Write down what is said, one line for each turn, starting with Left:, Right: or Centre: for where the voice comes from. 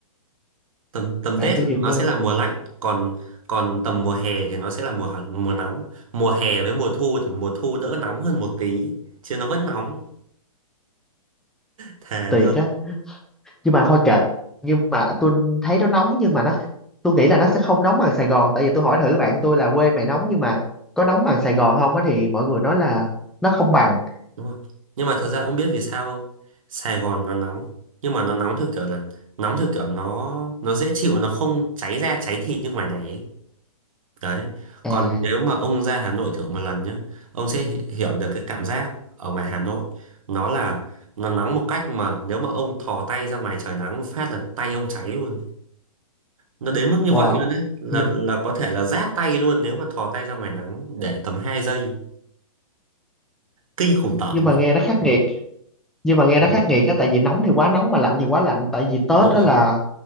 Right: Tầm tầm
Centre: bạn
Right: Tết
Centre: tôi
Right: là
Centre: về
Right: nó
Centre: quê
Right: sẽ là mùa lạnh, còn còn tầm mùa hè thì nó sẽ là mùa hẳn- mùa nóng. Mùa hè với mùa thu thì mùa thu đỡ nóng hơn một tí, chứ nó vẫn nóng. Thề
Centre: tuyệt
Right: với
Centre: á. Nhưng mà thôi kệ, nhưng mà tôi thấy nó nóng nhưng mà nó tôi nghĩ là nó sẽ không nóng bằng Sài Gòn tại vì tôi hỏi thử bạn tôi là quê mày nóng nhưng mà có nóng bằng Sài Gòn không á thì mọi người nói là nó không bằng.
Right: đúng rồi nhưng mà thật ra ông biết vì sao không Sài Gòn nó nóng nhưng mà nó nóng theo kiểu là nóng theo kiểu nó nó dễ chịu nó không cháy da cháy thịt như ngoài này ấy. đấy
Centre: À,
Right: còn nếu mà ông ra Hà Nội thử một lần nhá ông sẽ hi- hiểu được cái cảm giác ở ngoài Hà Nội nó là nó nóng một cách mà nếu mà ông thò tay ra ngoài trời nắng một phát là tay ông cháy luôn nó đến mức như
Centre: wow.
Right: vậy luôn đấy là
Centre: Nh-
Right: là có thể là rát tay luôn nếu mà thò tay ra ngoài nắng để tầm hai giây kinh khủng tởm
Centre: Nhưng mà nghe nó khắc nghiệt. nhưng mà nghe
Right: Ừ.
Centre: nó khắc nghiệt á tại vì nóng thì quá nóng mà lạnh thì quá lạnh tại vì Tết
Right: đúng
Centre: đó
Right: rồi
Centre: là